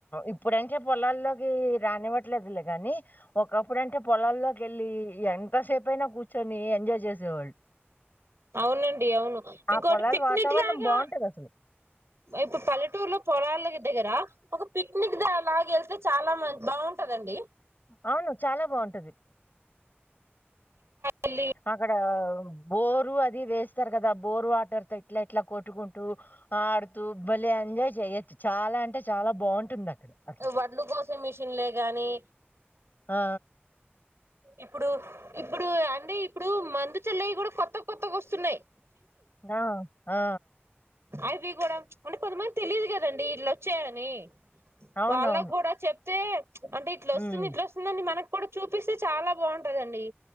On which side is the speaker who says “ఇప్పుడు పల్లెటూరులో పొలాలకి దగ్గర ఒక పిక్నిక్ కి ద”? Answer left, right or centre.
Right